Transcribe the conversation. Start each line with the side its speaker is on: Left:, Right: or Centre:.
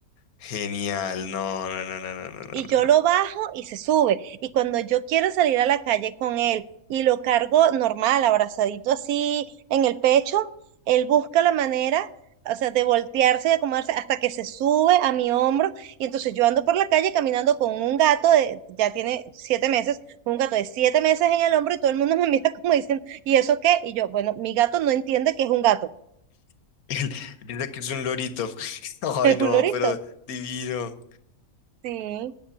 Left: Genial. No, no, no, no, no, no, no, no.
Right: y yo
Left: no.
Right: lo bajo y se sube. Y cuando yo quiero salir a la calle con él y lo cargo normal, abrazadito así en el pecho, él busca la manera, o sea, de voltearse, de acomodarse hasta que se sube a mi hombro. Y entonces yo ando por la calle caminando con un gato de, ya tiene siete meses, un gato de siete meses en el hombro y todo el mundo <laughs> me mira como diciendo, ¿y eso qué? Y yo, bueno, mi gato no entiende que es un gato,
Left: <laughs> Él Piensa que es un lorito. <laughs> Ay,
Right: <laughs> es
Left: no,
Right: un lorito.
Left: pero divino.
Right: Sí.